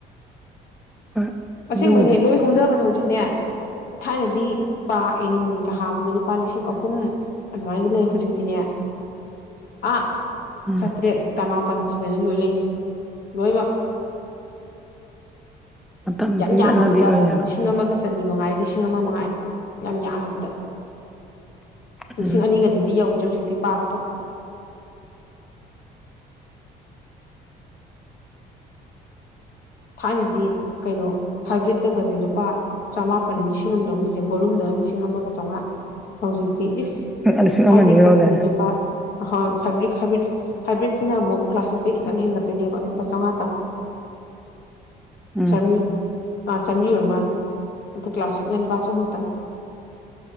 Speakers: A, in the centre; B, on the left (about 65°).
A: ꯍꯣꯏ
B: ꯑꯁꯦꯡꯕꯩꯅꯦ
A: ꯑꯗꯨꯕꯨꯗꯤ
B: ꯂꯣꯏ ꯍꯣꯡꯗꯕꯅꯦ ꯍꯧꯖꯤꯛꯅꯦ ꯊꯥꯏꯅꯗꯤ ꯄꯥ ꯑꯦꯅꯤꯝꯒꯤꯒ ꯍꯥꯕꯗ ꯂꯨꯄꯥ ꯂꯤꯁꯤꯡ ꯑꯍꯨꯝ ꯑꯗꯨꯃꯥꯏꯅꯒ ꯂꯩ ꯍꯧꯖꯤꯛꯇꯤꯅꯦ ꯑꯥ
A: ꯎꯝ
B: ꯆꯥꯇ꯭ꯔꯦꯠꯇꯃꯥꯄꯟ ꯁꯤꯗꯅꯤ ꯂꯣꯏ ꯂꯩꯁꯦ ꯂꯣꯏꯃꯛ
A: ꯃꯇꯝꯁꯤꯒꯤ
B: ꯌꯥꯝ ꯌꯥꯝꯃꯕꯗ
A: ꯆꯠꯅꯕꯤ ꯑꯣꯏꯔꯦꯕ
B: ꯂꯤꯁꯤꯡ ꯑꯃꯒ ꯆꯅꯤ ꯃꯉꯥ ꯂꯤꯁꯤꯡ ꯂꯤꯁꯤꯡ ꯑꯃ ꯃꯥꯏꯔꯦ ꯌꯥꯝ ꯌꯥꯝꯂꯕꯗ ꯂꯤꯁꯤꯡ
A: ꯎꯝ
B: ꯑꯅꯤꯒꯗꯨꯗꯤ ꯌꯧꯗ꯭ꯔꯦ ꯍꯧꯖꯤꯛꯇ ꯗꯤ ꯄꯥꯄꯗ ꯊꯥꯏꯅꯗꯤ ꯀꯩꯅꯣ ꯍꯥꯏꯕ꯭ꯔꯤꯠꯇꯒꯁꯦ ꯂꯨꯄꯥ ꯆꯃꯥꯄ ꯂꯤꯁꯤꯡ ꯑꯃ ꯂꯧꯔꯃꯤꯁꯦ ꯚꯣꯂꯨꯝꯗ ꯂꯤꯁꯤꯡ ꯑꯃꯒ ꯆꯥꯝꯃꯉꯥ ꯍꯧꯖꯤꯛꯇꯤ ꯏꯁ
A: ꯂꯤꯁꯤꯡ
B: ꯍꯥꯏꯕ꯭ꯔꯤꯠ
A: ꯑꯃꯅꯤꯒ
B: ꯀꯖꯤꯗꯤ
A: ꯂꯧꯗꯥꯏꯅꯦ
B: ꯂꯨꯄꯥ ꯑꯣꯏ ꯍꯥꯏꯕ꯭ꯔꯤꯛ ꯍꯥꯏꯕ꯭ꯔꯤꯠ ꯍꯥꯏꯕ꯭ꯔꯤꯠꯁꯤꯅ ꯑꯃꯨꯛ ꯀ꯭ꯂꯥꯁꯤꯇꯩ ꯈꯤꯇꯪ ꯍꯦꯟꯒꯠꯇꯣꯏꯅꯦꯕ ꯂꯨꯄꯥ ꯆꯝꯉꯥꯇꯪ
A: ꯎꯝ
B: ꯆꯝꯅꯤ ꯑꯥ ꯆꯥꯝꯃꯔꯤ ꯑꯣꯏꯔ ꯃꯥꯜꯂꯦ ꯑꯣ ꯀ꯭ꯂꯥꯥꯁꯛꯅ ꯂꯨꯄꯥ ꯆꯍꯨꯝꯇꯪ